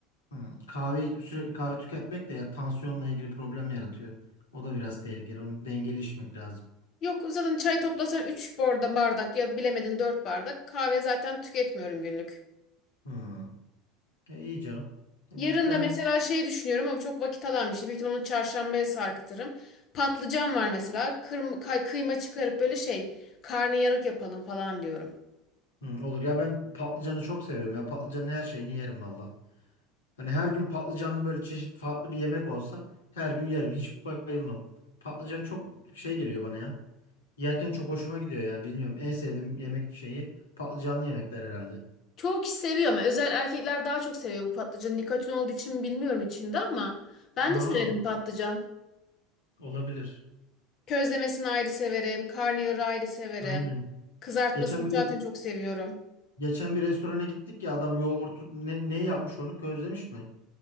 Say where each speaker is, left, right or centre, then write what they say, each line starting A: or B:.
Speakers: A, on the left (about 80°); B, on the left (about 45°).
A: Hmm. Kahve sürekli kahve tüketmek de ya tansiyonla ilgili problem yaratıyor. O da biraz tehlikeli. Onu dengeli içmek lazım.
B: Yok zaten çay toplasan 3 bardak bardak ya bilemedin 4 bardak. Kahve zaten tüketmiyorum günlük.
A: Hmm. E, iyi canım. Ben
B: Yarın da mesela şey düşünüyorum ama çok vakit alan bir şey. Büyük ihtimalle onu çarşambaya sarkıtırım. Patlıcan var mesela. Kırm kay- kıyma çıkarıp böyle şey karnıyarık yapalım falan diyorum.
A: Hmm, olur ya ben patlıcanı çok seviyorum ya. Patlıcanın her şeyini yerim valla. Hani her gün patlıcanlı böyle çeşit farklı bir yemek olsa her gün yerim. Hiç bayılmam. Patlıcan çok şey geliyor bana ya. Yerken çok hoşuma gidiyor yani bilmiyorum. En sevdiğim yemek şeyi patlıcanlı yemekler herhalde.
B: Çoğu kişi seviyor ama özel erkekler daha çok seviyor bu patlıcanı. Nikotin olduğu için mi bilmiyorum içinde ama ben
A: Ha,
B: de severim patlıcan.
A: olabilir.
B: Közlemesini ayrı severim. Karnıyarığı ayrı severim.
A: Aynen.
B: Kızartmasını
A: Geçen
B: zaten
A: bir
B: çok seviyorum.
A: geçen bir restorana gittik ya adam yoğurt ne, ne yapmış onu közlemiş mi?